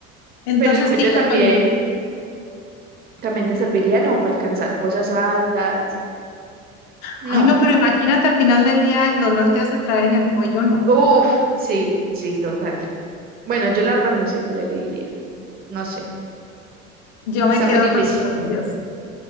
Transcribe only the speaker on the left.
entonces
sí, los
colmillos.
Ay, no, pero imagínate al final del día el dolor que has de traer en el cuello, no.
Yo me
quedo
con los colmillos.